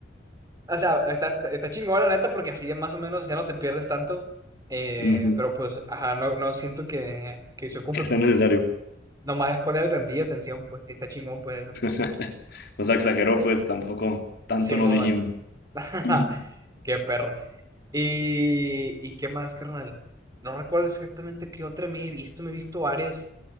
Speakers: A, on the right; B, on the left.
A: O sea, está, está chingón la neta porque así ya más o menos ya no te pierdes tanto. Eh,
B: Ujú,
A: pero pues, ajá, no, no siento que, que se ocupe,
B: que
A: pues.
B: tan necesario.
A: Nomás es ponerle tantilla atención, pues. y Está chingón, pues eso.
B: <laughs> O sea, exageró, pues tampoco, tanto
A: Simón.
B: no dijimos.
A: <laughs>
B: <laughs>
A: Qué perro. ¿Y, y qué más, carnal? No recuerdo exactamente qué otra me he visto, me he visto varias,